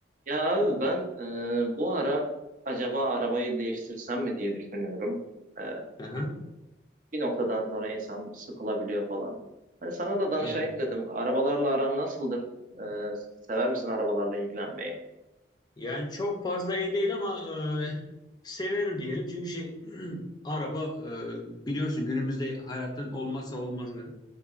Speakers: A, on the right; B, on the left.
A: Ya abi ben e, bu ara acaba arabayı değiştirsem mi diye düşünüyorum. E,
B: Aha,
A: bir noktadan sonra insan sıkılabiliyor falan. Hani sana da danışayım
B: evet.
A: dedim. Arabalarla aran nasıldır? E, sever misin arabalarla ilgilenmeyi?
B: Yani çok fazla iyi değil ama e, severim diyelim. Çünkü şey <clears throat> araba e, biliyorsun günümüzde hayatın olmazsa olmazı.